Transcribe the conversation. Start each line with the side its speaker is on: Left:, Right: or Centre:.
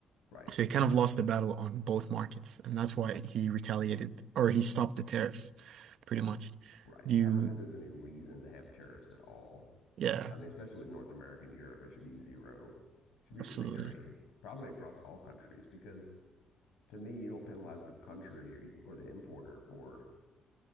Left: Right.
Right: So
Left: Distrust.
Right: he kind of lost the battle on both markets, and that's why he retaliated or he stopped the tariffs, pretty much.
Left: Right.
Right: Do you,
Left: I don't think there's any reason to have tariffs at all.
Right: yeah,
Left: I mean, especially with North America and Europe, it should be zero. It should be
Right: absolutely.
Left: free trade, probably across all countries, because to me, you don't penalize the country or the importer for